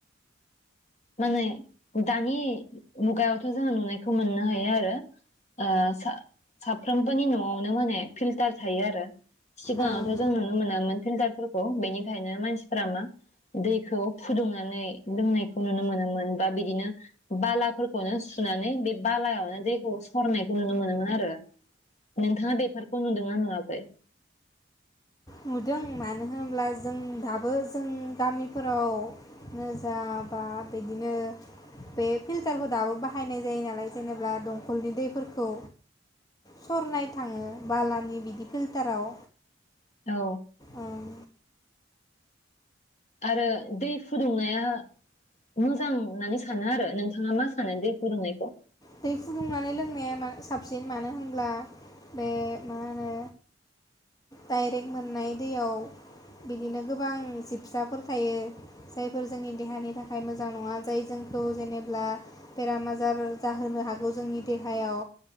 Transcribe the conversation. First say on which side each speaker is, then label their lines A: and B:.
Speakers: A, on the left; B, on the left.
A: माने दानि मुगायावथ' जोङो नुनायखौ मोननो हायो ओ आरो साफ्रोमबोनि न'आवनो माने फिल्टार थायो आरो सिगाङावथ'
B: ओं
A: जों नुनो मोनामोन फिरताल फोरखौ बेनिखायनो मानसिफोरा मा दैखौ फुदुंनानै लोंनाय खौ नुनो मोनोमोन बा बिदिनो बालाफोरखौनो सुनानै बे बालायावनो दैखौ सरनायखौ नुनो मोनोमोन आरो नोंथाङा बेफोरखौ नुदोंना नुवाखै?
B: नुदों मानो होनब्ला जों दाबो जों गामिफोरावनोजा बा बिदिनो बे फिल्टारखौ दाबो बाहायनाय जायो नालाय जेनेबा दंखलनि दैफोरखौ सरनाय थाङो बालानि बिदि फिल्टाराव
A: औ।
B: ओं
A: आरो दै फुदुंनाया मोजां होननानै सानो आरो नोंथाङा मा सानो दै फुदुंनायखौ?
B: दै फुदुंनानै लोंनाया साबसिन मानो होनब्ला बे मा होनो डाइरेक्ट मोननाय दैयाव बिदिनो गोबां जिबसाफोर थायो जायफोर जोंनि देहानि थाखाय मोजां नङा जाय जोंखौ जेनेब्ला बेराम आजार जाहोनो हागौ जोंनि देहायाव